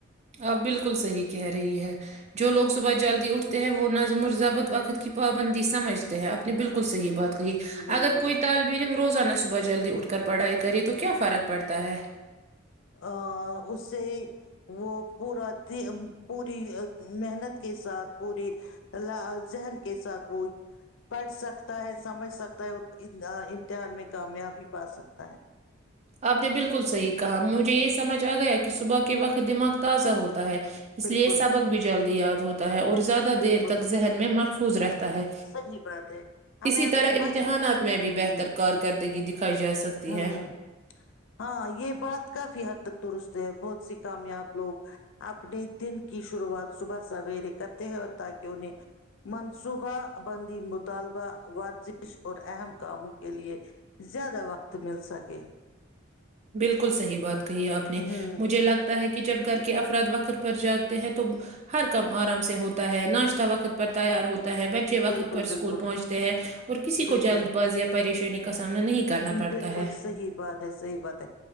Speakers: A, on the right; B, on the left.
A: آپ بالکل صحیح کہہ رہی ہے جو لوگ صبح جلدی اٹھتے ہیں وہ نظم و ضبط وقت کی پابندی سمجھتے ہے آپ نے بالکل صحی بات کہی
B: بالکل
A: اگر کوئی طالب علم روزانہ صبح جلدی اٹھ کر پڑھائی تو کرے تو کیا فرق پڑتا ہے
B: ا اسے وہ پورا پوری محنت کے ساتھ پوری ذہن کے ساتھ وہ پڑھ سکتا ہے سمجھ سکتا امتحان میں کامیاب بھی پا سکتا ہے
A: آپ نے بالکل صحیح کہا مجھے یہ سمجھ آ گیا کہ صبح کے وقت دماغ تازہ ہوتا <unintelligible> ہے اس
B: بالکل
A: لیے سبق بھی جلدی یاد ہوتا ہے اور زیادہ
B: بالکل
A: دیر تک ذہن میں مفت <unintelligible> حزرت <unintelligible> ہے
B: صحیح بات ہے ہمیں
A: اسی
B: اپنے
A: طرح
B: بات
A: امتحانات میں بھی
B: ہ
A: بہتر
B: ہ
A: کارکردگی دکھ <unintelligible> دکھائی جا سکتی
B: ہ
A: ہے <unintelligible>
B: ہ ہاں یہ بات کافی حد تک درست ہے بہت سی کامیاب لوگ اپنے دن کی شروعات صبح سویرے کرتے ہیں اور تاکہ انہیں منصوبہ بندی مطالبہ ورزش اور اہم کاموں کے لیے زیادہ وقت مل سکے <unintelligible>
A: بالکل صحیح بات <unintelligible> کہ آپ نے
B: ہوں
A: مجھے لگتا ہے کہ <unintelligible> کہ جب گھر کے افراد وقت پر جاگتے ہیں تو ہر کام آرام سے ہوتا ہے ناشتہ وقت پر تیار ہوتا <unintelligible> بچے وقت
B: بالکل
A: پر اسکول
B: بالکل
A: پہنچتے ہیں اور کسی
B: بالکل
A: کو جلد باز یا پریشانی کا سامنا نہیں کرنا پڑتا
B: بالکل
A: ہے <unintelligible>
B: صحیح بات ہے صحیح بات ہے